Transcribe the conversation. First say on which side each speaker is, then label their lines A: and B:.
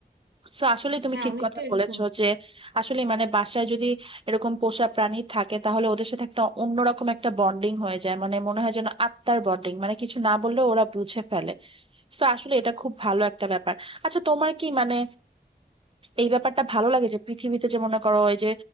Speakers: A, on the right; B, on the right.
A: তো আসলে তুমি
B: হ্যাঁ
A: ঠিক
B: অনেকটা
A: কথা
B: এরকম
A: বলেছো যে আসলে মানে বাসায় যদি এরকম পোষা প্রাণী থাকে তাহলে ওদের সাথে একটা অন্যরকম একটা বন্ডিং হয়ে যায় মানে মনে হয় যেন আত্মার বন্ডিং মানে কিছু না বললেও ওরা বুঝে ফেলে তো আসলে এটা খুব ভালো একটা ব্যাপার আচ্ছা তোমার কি মানে এই ব্যাপারটা ভালো লাগে যে পৃথিবীতে যে মনে করো এই যে